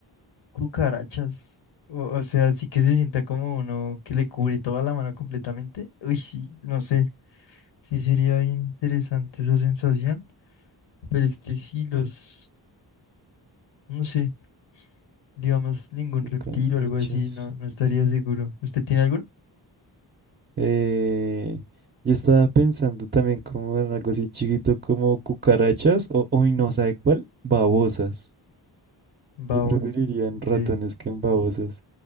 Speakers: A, on the left (about 80°); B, on the right (about 25°).
A: cucarachas. O, o sea, sí que se sienta como uno que le cubre toda la mano completamente. Uy, sí, no sé. Sí sería bien interesante esa sensación. Pero es que si los, no sé, digamos ningún
B: Cucarachas.
A: reptil o algo así, no, no estaría seguro. ¿Usted tiene alguno?
B: Eh, yo estaba pensando también como en algo así chiquito como cucarachas o, hoy no, ¿sabe cuál? Babosas.
A: Va,
B: Yo preferiría
A: vos.
B: en
A: Ok.
B: ratones que en babosas,